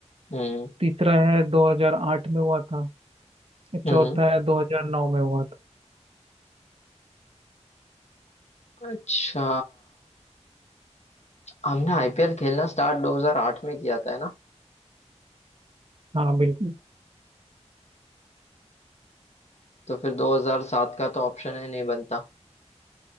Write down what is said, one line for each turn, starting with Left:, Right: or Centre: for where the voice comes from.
Left: हम्म
Right: तीसरा है 2008 में हुआ था
Left: हम्म
Right: चौथा है 2009 में हुआ था
Left: अच्छा हमने आईपीएल खेलना स्टार्ट 2008 में किया था है ना
Right: हाँ बिल्कुल
Left: तो फिर 2007 का तो ऑप्शन ही नहीं बनता